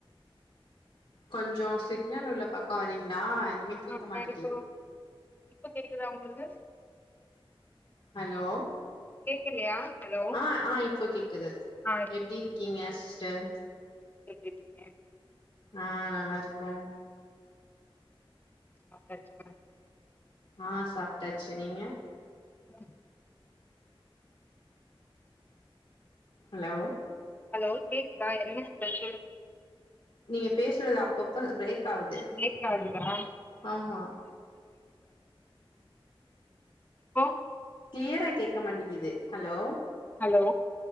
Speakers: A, on the left; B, on the left.
A: கொஞ்சோ சிக்னல் உள்ள பக்கோ வரீங்களா ஒண்ணுமே
B: ஆ
A: கேக்க மாட்டிகுது
B: நான் இப்போ இப்ப கேக்குதா உங்களுக்கு
A: ஹலோ
B: கேக்கலையா ஹலோ
A: அ ஆ இப்ப கேக்குது
B: ஆ
A: எப்டி இருக்கீங்க சிஸ்டர்
B: பேசிட்ருக்கே
A: ஆ நல்லா இருக்கோ
B: சாப்ட்டாச்சா
A: ஆ சாப்ட்டாச்சு நீங்க
B: ம்
A: ஹலோ
B: ஹலோ கேக்குதா என்ன ஸ்பெஷல்?
A: நீங்க பேசுறது அப்பப்ப பிரேக் ஆவுது
B: பிரேக் ஆகுதா <inaudible> <inaudible>
A: ஆமா
B: இப்போ
A: கிளியரா கேக்க மாட்டிங்கிது ஹலோ
B: ஹலோ